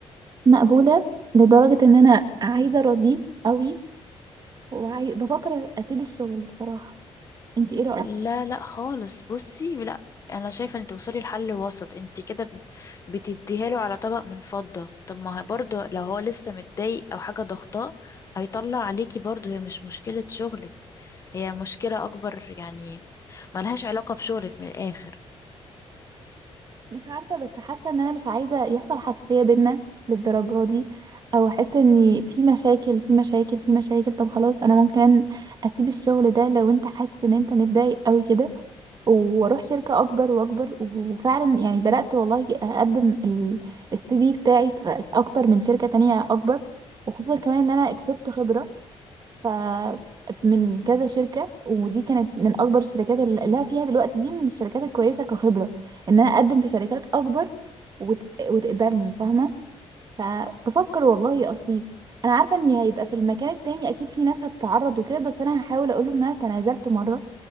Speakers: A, on the right (about 40°); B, on the left (about 30°).
A: مقبوله لدرجه ان انا عايزه ارضيه قوي وعاي... بفكر اسيب الشغل بصراحه انت ايه رايك
B: لا لا خالص بصي لا أنا شايفة إن توصلي لحل وسط انت كده ب- بتديها له على طبق من فضة طب ما هي برضه لو هو لسه متضايق أو حاجة ضغطاه هيطلع عليكي برضه هي مش مشكلة شغلك هي مشكلة أكبر يعني ملهاش علاقة بشغلك من الآخر
A: مش عارفه بس حاسه ان انا مش عايزه يحصل حساسيه بينا للدرجه دي او احس ان في مشاكل في مشاكل في مشاكل طب خلاص انا ممكن اسيب الشغل ده لو انت حاسس ان انت متضايق قوي كده واروح شركة اكبر واكبر وفعلا يعني بدأت والله اقدم ال- السي في بتاعي في اكتر من شركة تانية اكبر وخصوصا كمان ان انا كسبت خبرة ف من كذا شركة ودي كانت من اكبر الشركات اللي اللي انا فيها دلوقتي دي من الشركات الكويسة كخبرة ان انا اقدم في شركات اكبر وت... وتقبلني فاهمة فبفكر والله اصلي انا عارفة ان هيبقى في المكان التاني اكيد في ناس هتتعرض وكده بس انا هحاول اقول له ان انا تنازلت مرة